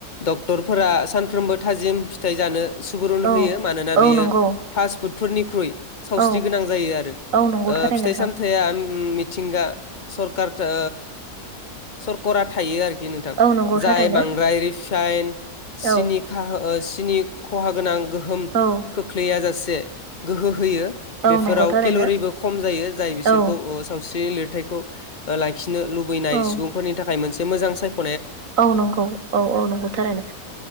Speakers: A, on the left; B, on the right.
A: डक्टरफोरा सानफ्रोमबो थाजिम फिथाइ जानो सुबुरुन
B: औ
A: होयो मानोना
B: औ
A: बेयो
B: नंगौ
A: फास्ट फुडफोरनिख्रुइ सावस्रि
B: औ
A: गोनां जायो आरो
B: औ नंगौ
A: ओ
B: थारै
A: फिथाइ
B: नोंथां
A: सामथायाइया मिथिंगा सरखार थो सरकरा थायो आरो। नोंथां
B: औ नंगौ
A: जाय
B: थारैनो
A: बांद्राय रिफाइन सिनिखा
B: औ
A: ओ नि खहा गोनां गोहोम
B: औ
A: खोख्लैया जासे गोहो होयो।
B: औ
A: बेफोराव
B: नंगौ थारैनो
A: केेल'रिबो खम जायो जाय बिसोरखौ
B: औ
A: ओ सावस्रिनि लिरथायखौ लाय लाखिनो लुबैनाय
B: औ
A: सुबुंफोरनि थाखाय मोनसे मोजां सायख'
B: औ नंगौ औ औ नंगौ थारैनो